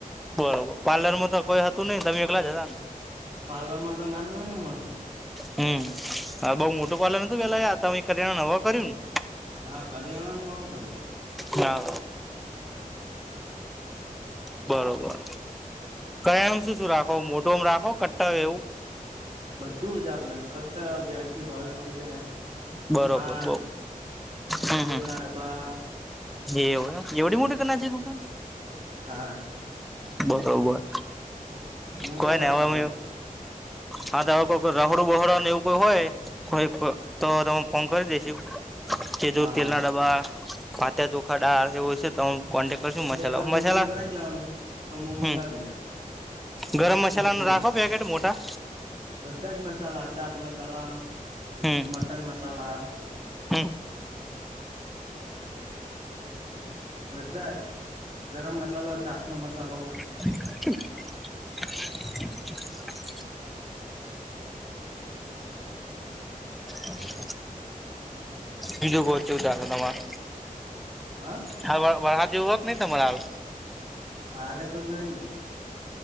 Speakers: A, in the centre; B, on the right (about 40°).
A: બરોબર પાર્લરમાં તો કોઈ હતું નહી તમે એકલા જ હતા ને?
B: પારલરમાં તો ના જો હોવેને માણસો.
A: હમ્મ, બઉ મોટો પાર્લ નતું પેલા કરિયાણા નવા કર્યું ને?
B: હા, કરિયાણાનું હવ કરીયુ
A: હા, બરોબર. કરીણામાં શું-શું રાખો મોટોમ રાખો કટ્ટ એવું
B: બધું જ આપણે કટા વ્યાજબી ભાવે મળી જાય.
A: બરોબર
B: ખાંડ,
A: બઉ હમ
B: તેલના
A: હમ
B: ડબા
A: એવું એવડી મોટી કના છે, દુકાન
B: હા.
A: બરોબર.
B: મોટા
A: કોઈ
B: ભાઈ
A: ને હવે
B: આપડા
A: અમે
B: તો.
A: હા તો રાહોડું બહોડને એવું કોઈ હોય. કોઈ તો તમે ફોન કરી દઈશું. કે જો
B: હા
A: તેલ ના ડબ્બા વાત્યા ચોખા ડળ એ હોય છે તો. કોન્ટેક કરશું
B: તો
A: મસાલા
B: પેલા બુકિંગ
A: મસાલા.
B: કરાવી દેવાનું તો હું મંગાવી
A: હમ
B: દઉં
A: ગરમ મસાલા
B: ખૂટતું
A: ન
B: હોય
A: રાખો
B: તો
A: પેકેટ મોટા.
B: બધા જ મસાલા ચાટ મસાલા
A: હમ
B: મટન મસાલા.
A: હમ.
B: બધા જ ગરમ મસાલો છાસ નો મસાલો.
A: <unintelligible> <unintelligible> હ <unintelligible> બીજું બોહ કેવું ચાલે તમાર
B: હા
A: હા વરહા જેવુંક નહી તમારા હાલ
B: આલે તો નહી